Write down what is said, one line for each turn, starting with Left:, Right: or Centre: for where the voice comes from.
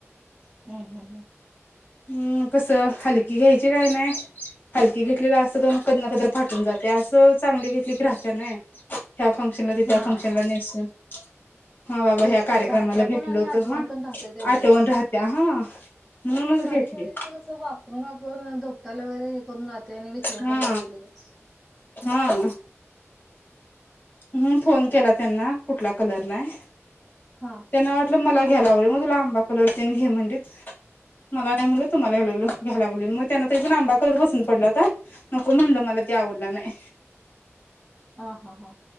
Centre: हम्म हम्म हम्म
Left: हम् कसं हलकी घ्यायची काय नाही हलकी घेतलेलं असं कधी ना कधी फाटून जाते असं चांगली घे. घेतल की राहत्या नई. ह्या फंक्शन ला ते त्या
Centre: हा
Left: फंक्शनला नेसुन. हा बाबा
Centre: तेच
Left: ह्या कार्यक्रमाला
Centre: की राहत्या
Left: घेतल
Centre: पण आणि
Left: होत
Centre: आठवण
Left: हा
Centre: पण राहत्या तेवढीच
Left: आठवून राहत्या हा म्हणूनच
Centre: साधी
Left: घेतली
Centre: साड्यांचं कसं वापरून वापरून धोपटाला वगैरे हे करून जाते आणि विसरून
Left: हा
Centre: पण जाते लगेच
Left: हा. हम् फोन केला त्यांना कुठला कलर नाही.
Centre: हा
Left: त्यांना वाटलं मला. घ्यालागलोय मग तुला आंबा कलर तेन घे म्हणलीत मला नाही म्हणलं तुम्हाला घ्याला घ्यायलालागलोय मग त्यांना तरी पण आंबा कलर पसंत पडला होता, नको म्हणलं मला तो आवडला नाही.
Centre: ह हा हा